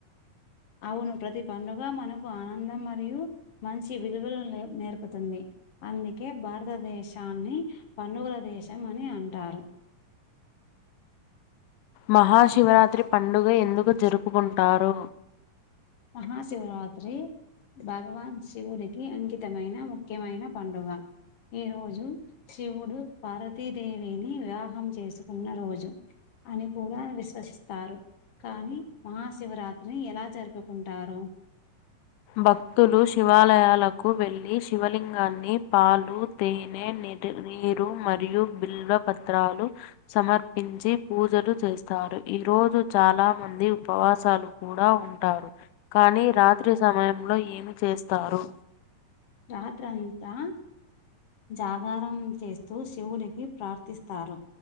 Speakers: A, on the left (about 55°); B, on the left (about 75°).
A: అవును ప్రతి పండుగ మనకు ఆనందం మరియు మంచి విలువలాను నేర్పుతుంది. అందుకే భారతదేశాన్ని పండుగల దేశం అని అంటారు.
B: మహాశివరాత్రి పండుగ ఎందుకు జరుపుకుంటారు.
A: మహాశివరాత్రి భగవాన్ శివుడికి అంకితమైన ముఖ్యమైన పండుగ. ఈ రోజు శివుడు పార్వతీదేవిని వివాహం చేసుకున్న రోజు అని కూడా విశ్వసిస్తారు. కానీ మహాశివరాత్రి ఎలా జర్ప్. <unintelligible> కుంటారు.
B: భక్తులు శివాలయాలకు వెళ్ళి, శివలింగాన్ని పాలు, తేనె, నిద్ నీరు మరియు బిల్వ పత్రాలు సమర్పించి పూజలు చేస్తారు. ఈరోజు చాలా మంది ఉపవాసాలు కూడా ఉంటారు. కానీ రాత్రి స్ సమయంలో ఏమి చేస్తారు.
A: రాత్రంతా జాగారం చేస్తూ, శివుడికి ప్రార్థిస్తారు.